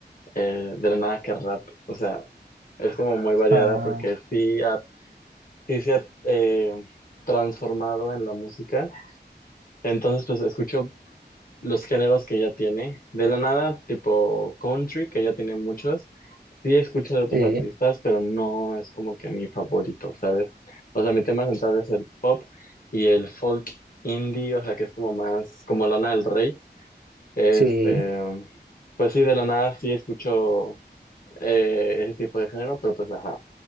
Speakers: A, on the left (about 55°); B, on the right (about 55°).
A: eh, de la nada que rap. O sea, es como muy variada
B: Ah,
A: porque sí, ha- sí se ha eh, transformado en la música. Entonces, pues escucho los géneros que ya tiene. De la nada, tipo country, que ya tiene muchos. Sí escucho de otros
B: sí,
A: artistas, pero no es como que mi favorito, ¿sabes? O sea, mi tema central es el pop y el folk indie, o sea, que es como más como Lana del Rey este,
B: sí.
A: pues sí, de la nada sí escucho eh, ese tipo de género, pero pues ajá.